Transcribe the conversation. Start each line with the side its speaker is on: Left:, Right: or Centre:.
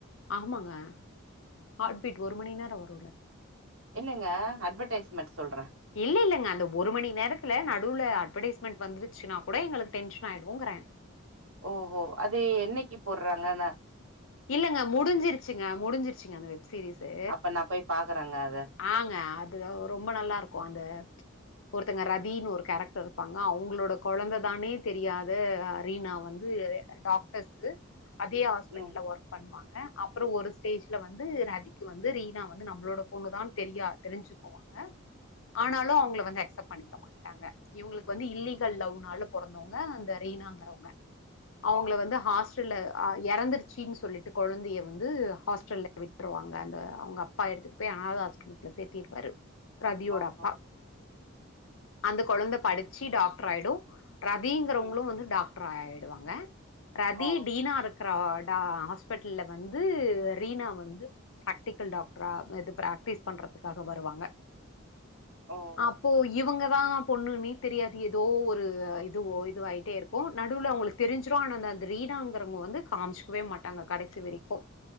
Left: ஆமாங்க ஹாட்பீட் ஒரு மணி நேரோ வருல்ல
Right: என்னங்க அட்வடைஸ்மெண்ட் சொல்றே
Left: இல்ல இல்லங்க அந்த ஒரு மணி நேரத்துல நடுல அட்வடைஸ்மெண்ட் வந்துருச்சுன்னாக் கூட எங்களுக்கு டென்ஷன் ஆயிடுங்கற
Right: ஓஹோ அது என்னைக்கு போற்றாங்கன்ன
Left: இல்லங்க முடிஞ்சிருச்சுங்க முடிஞ்சிருச்சுங்க அந்த வெப் சீரியஸ்சு
Right: அப்ப நான் போய் பாக்குறேங்க அத.
Left: ஆங்க அதுத ரொம்ப நல்லா இருக்கு அந்த ஒருத்தங்க ரதின்னு ஒரு கேரக்டர் இருப்பாங்க அவங்களோட கொழந்த தான்னே தெரியாத ரீனா வந்து டாக்டர்ஸ்ஸு அதே ல
Right: ம்.
Left: ஒர்க் பண்வாங் அப்புறம் ஒரு ஸ்டேஜ்ல வந்து ரதிக்கு வந்து ரீனா வந்து நம்மளோட பொண்ணுதான் தெரியா தெரிஞ்சு போவாங்க ஆனாலும் அவங்கள வந்து அக்செப்ட் பண்ணிக்க மாட்டாங்க இவங்களுக்கு வந்து இல்லீகல் லவ்னால பிறந்தவங்க அந்த ரீனாங்கிறவங்க அவங்கள
Right: ஓ!
Left: வந்து ஹாஸ் ட்ல இறந்துருச்சு சின் சொல்லிட்டு குழந்தையை வந்து ஹாஸ்டல விட்ருவாங்க அந்த அவங்க அப்பா எடுத்துட்டு போய் அனாத ஆசிரமத்தில சேத்திருப்பாரு ரதியோடப்பா
Right: ஓஹோ!
Left: அந்த குழந்தை படிச்சு டாக்டர் ஆயிடும் ரதிங்கிறவங்களும்
Right: ம்.
Left: வந்து டாக்டர் ட் ஆயிடுவாங்க ரதி
Right: ஓ!
Left: டீனா ர்ராட் த ஹாஸ்பிட்டல்ல வந்து ரீனா வந்து பிராக்டிக்கல் டாக்டரா இது பிராக்டிஸ் பண்றதுக்காக வருவாங்க
Right: ஓஹோ!
Left: அப்போ இவுங்க மா பொண்ணுண்ணே தெரியாது ஏதோ ஒரு இதுவோ இதுவாயிட்டே இருக்கும் நடுவுல அவங்களுக்கு தெரிஞ்சுரும் ஆனா அந்த அந்த ரீனாங்கிறவங்க வந்து காமிச்சு வே மாட்டாங்க கடைசி வரிக்கும்